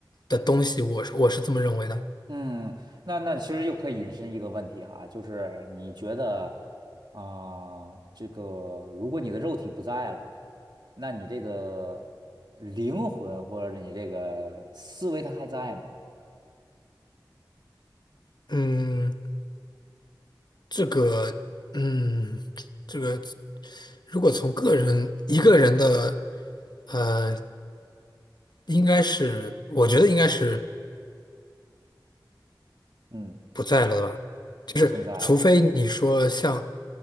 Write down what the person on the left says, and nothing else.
的东西，我是我是这么认为的。
嗯，这个，嗯，这个，如果从个人一个人的，呃，应该是，我觉得应该是
不在了吧？就是除非你说像。